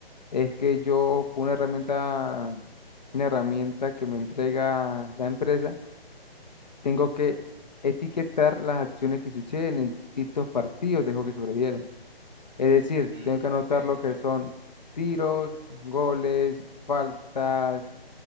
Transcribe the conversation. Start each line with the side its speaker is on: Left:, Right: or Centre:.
Left: es que yo, con una herramienta, una herramienta que me entrega la empresa, tengo que etiquetar las acciones que suceden en distintos partidos de hockey sobre hielo. Es decir,
Right: Mm,
Left: tengo que anotar
Right: ok,
Left: lo
Right: ok.
Left: que son tiros, goles, faltas,